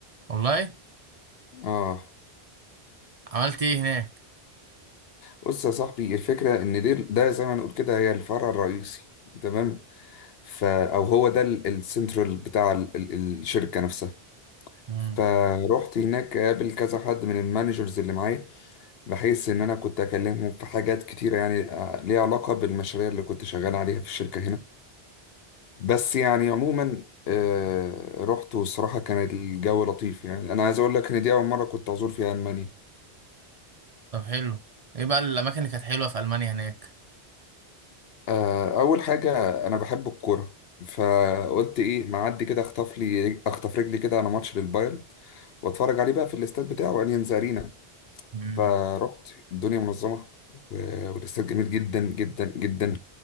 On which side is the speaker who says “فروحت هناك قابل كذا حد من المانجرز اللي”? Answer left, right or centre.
Left